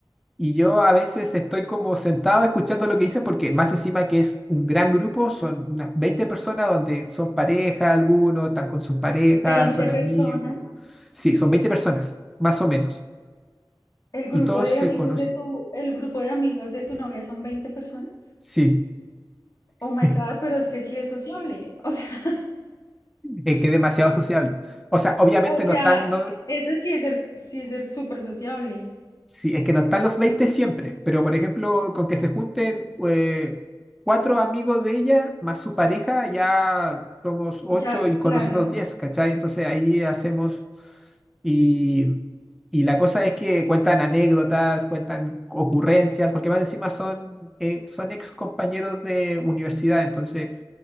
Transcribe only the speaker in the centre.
Y yo a veces estoy como sentado escuchando lo que dicen porque más encima que es un gran grupo, son unas 20 personas donde son pareja algunos, están con sus parejas,
son
amigos. Sí, son 20 personas, más o menos.
Y todos
se
conocen.
Sí,
<laughs>
es que es demasiado sociable. O sea, obviamente
no están, no,
Sí, es que no están los 20 siempre, pero por ejemplo, con que se junten eh, cuatro amigos de ella más su pareja, ya somos ocho
y con
nosotros diez ¿cachai? Entonces ahí hacemos y, y la cosa es que cuentan anécdotas, cuentan ocurrencias, porque más encima son, eh, son ex compañeros de universidad, entonces